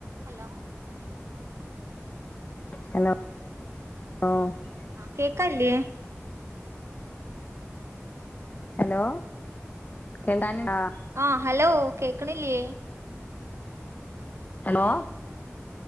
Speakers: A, on the right (about 65°); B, on the left (about 35°).
A: Hello
B: hello <unintelligible>
A: കേക്കല്ലിയ
B: hello <unintelligible>
A: ആ hello കേക്ക്ണില്ലേ?
B: Hello